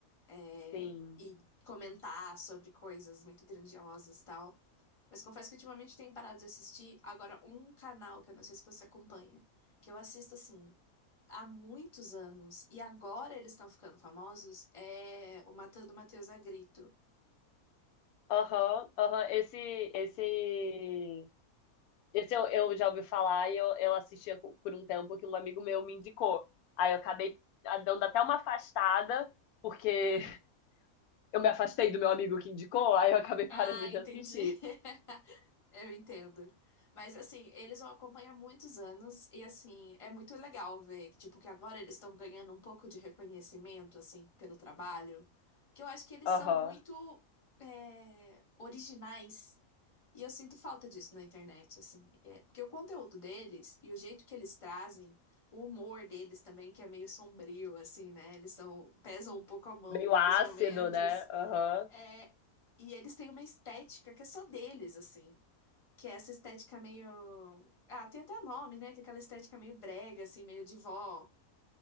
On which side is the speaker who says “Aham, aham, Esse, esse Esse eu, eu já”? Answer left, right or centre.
Left